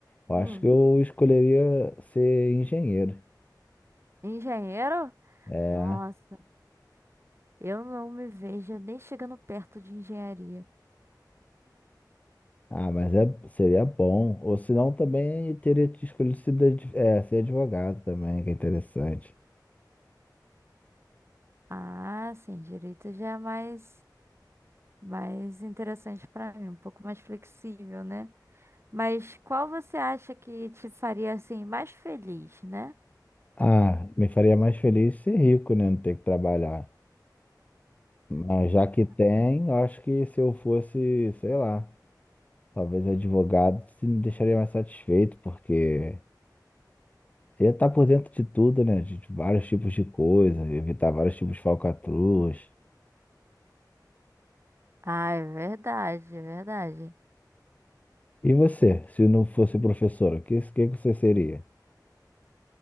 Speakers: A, on the left (about 20°); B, on the right (about 35°).
A: eu
B: Hum,
A: acho que eu escolheria ser engenheiro.
B: engenheiro?
A: É.
B: Nossa, eu não me vejo nem chegando perto de engenharia.
A: Ah, mas é, seria bom. Ou senão também teria escolhido ser, adv- é, ser advogado também, que é interessante.
B: Ah, sim, direito já é mais mais interessante pra mim, um pouco mais flexível, né? Mas qual você acha que te faria assim mais feliz, né?
A: Ah, me faria mais feliz ser rico, né? Não ter que trabalhar. Mas já que tem, eu acho que se eu fosse, sei lá, talvez advogado, se me deixaria mais satisfeito, porque ia estar por dentro de tudo, né? De de vários tipos de coisa, evitar vários tipos de falcatruas.
B: Ah, é verdade, é verdade.
A: E você,
B: O-
A: se não fosse professor, o que, que você seria?